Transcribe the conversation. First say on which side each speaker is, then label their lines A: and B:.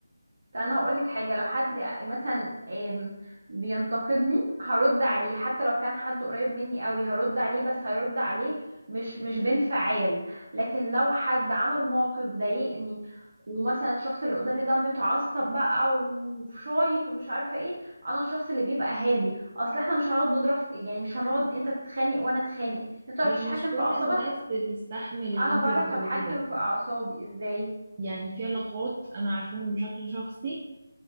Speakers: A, on the right; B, on the right.
A: طب انا هقول لك حاجه لو حد مثلا آم، بينتقدني هرد عليه حتى لو كان حد قريب مني قوي هرد عليه بس هرد عليه مش مش بانفعال لكن لو حد عمل موقف ضايقني ومثلا الشخص اللي قدامي ده متعصب بقى وشايط ومش عارفه ايه انا الشخص اللي بيبقى هادي اصل احنا مش هنقعد نضرب في- يعني مش هنقعد انت تتخانق وانا اتخانق انت متعرفش
B: بس مش
A: تتحكم
B: كل
A: في اعصابك
B: الناس بتستحمل اللي
A: انا
B: انت
A: بعرف
B: بتقوليه
A: اتحكم
B: ده
A: في اعصابي ازاي
B: يعني في علاقات انا عارفاهم بشكل شخصي